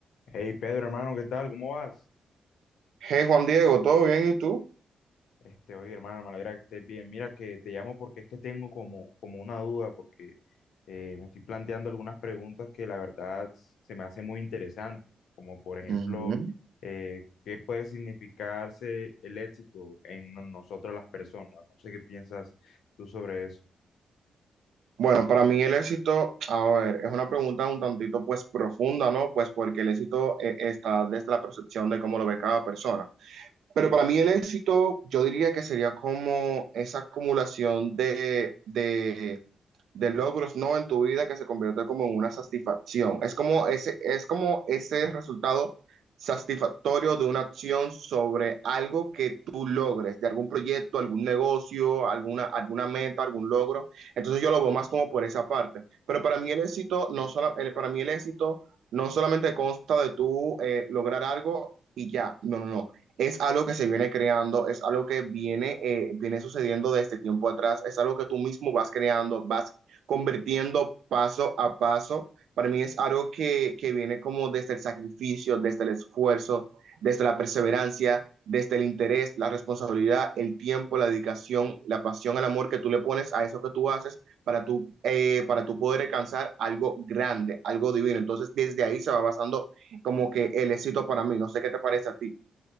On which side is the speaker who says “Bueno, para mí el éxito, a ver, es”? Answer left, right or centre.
Right